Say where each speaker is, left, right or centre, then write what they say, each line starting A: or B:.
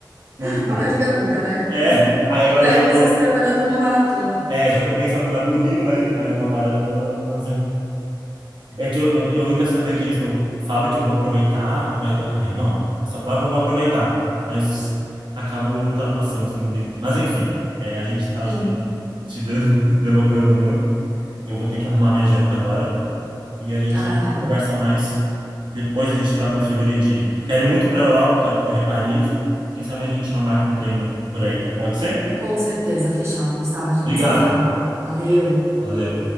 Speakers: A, on the right (about 35°); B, on the right (about 80°).
A: <laughs>
B: Nunca mais.
A: Nunca diga nunca, né?
B: É, aí agora
A: Tá
B: eu
A: aí
B: já
A: você
B: tô,
A: se preparando pra uma maratona.
B: é, já tô pensando na do Rio, daí tem mais uma maratona. Mas é é que eu, eu eu ainda sou daqueles que eu falo que eu vou aproveitar, mas eu, ai, não, essa prova eu vou aproveitar. Aí eu s- acabo ultrapassando os limites. Mas enfim, é, a gente tá,
A: <laughs>
B: acho que, se de- <laughs> delongando muito. Eu vou ter que arrumar minha janta agora. E a gente
A: Ah, tá bom.
B: conversa mais depois, a gente troca umas figurinhas de quero muito ir para a Europa, quero correr Paris. Quem sabe a gente não marca um treino por aí. Pode ser?
A: Com certeza, fechado, Gustavo. A gente
B: Obrigado.
A: se fala. Valeu.
B: Valeu.